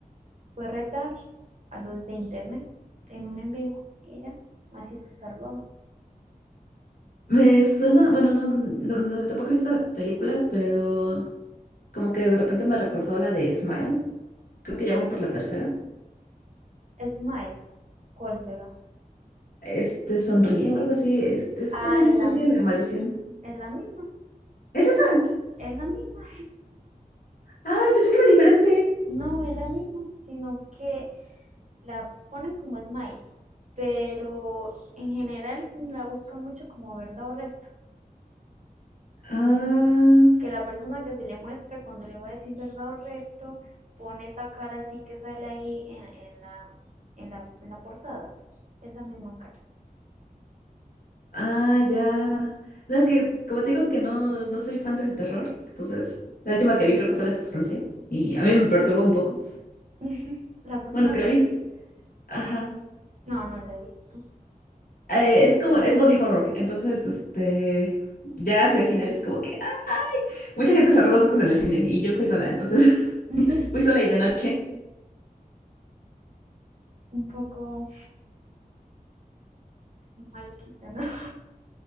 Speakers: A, on the right (about 50°); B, on the left (about 70°).
A: fue retar a los de internet en un en vivo. Y ella así se salvaba.
B: Me suena, bueno, no, no- no, tampoco he visto la película, pero como que de repente me recordó la de Smile, creo que llaman por la tercera.
A: Smile, ¿cuál será?
B: Este sonríe o algo así, este es
A: Ah,
B: como una
A: es
B: especie
A: la misma,
B: de maldición.
A: es la misma,
B: ¿Es esa?
A: es la misma.
B: Ay, pensé que era diferente.
A: No, es la misma, sino que la ponen como Smile, pero en general la buscan mucho como verdad o reto,
B: Ah,
A: que la persona que se le muestra cuando le va a decir verdad o reto pone esa cara así que sale ahí en, en la, en, la, en la portada, esa misma cara.
B: ah, ya. No, es que, como te digo que no, no soy fan del terror, entonces la última que vi creo que fue La Sustancia y a mí me perturbó un poco.
A: <laughs> La sustancia.
B: Bueno, es que la vi, ajá,
A: No, no la he visto.
B: eh, es como, es body horror, entonces, este, ya hacia el final es como que ah, mucha gente cerró los ojos en el cine y yo fui sola, entonces
A: <laughs>
B: <laughs> fui sola y de noche.
A: Un poco maluquita, ¿no? <laughs>